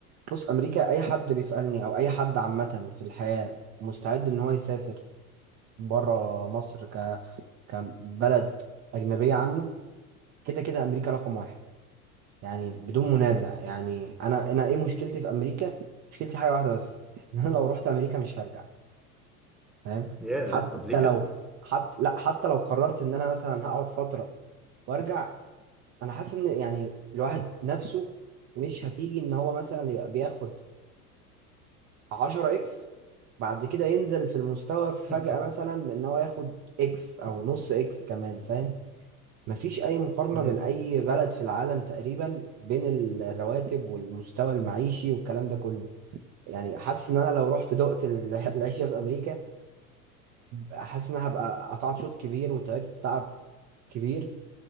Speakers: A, on the right; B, in the centre.
A: بص امريكا اي حد بيسالني او اي حد عامه في الحياه مستعد ان هو يسافر بره مصر ك كبلد اجنبيه عنه كده كده امريكا رقم واحد يعني بدون منازع
B: مم.
A: يعني انا انا ايه مشكلتي في امريكا مشكلتي حاجه واحده بس <laughs> ان انا لو رحت امريكا مش هرجع فاهم
B: ياه
A: حتى
B: طب ليه كده
A: لو حتى لا حتى لو قررت ان انا مثلا هقعد فتره وارجع انا حاسس ان يعني الواحد نفسه مش هتيجي ان هو مثلا يبقى بياخد 10 اكس بعد كده ينزل في المستوى فجأة
B: <laughs>
A: مثلا ان هو ياخد اكس او نص اكس كمان فاهم مفيش اي مقارنة
B: مم.
A: بين اي بلد في العالم تقريبا بين ال- الرواتب والمستوى المعيشي والكلام ده كله يعني حاسس ان انا لو رحت دقت ال- <laughs> العيشة في امريكا حاسس ان أنا هبقى قطعت شوط كبير وتعبت تعب كبير